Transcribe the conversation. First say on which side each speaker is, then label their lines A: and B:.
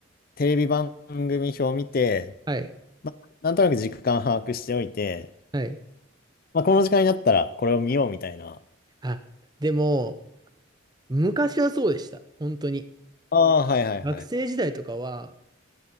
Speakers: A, on the left; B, on the right.
A: テレビ番組表を見て、
B: はい。
A: ま、なんとなく時間把握しておいて、
B: はい。
A: まあ、この時間になったらこれを見ようみたいな。
B: あ、でも、昔はそうでした。本当に。
A: ああ、はいはいはい。
B: 学生時代とかは、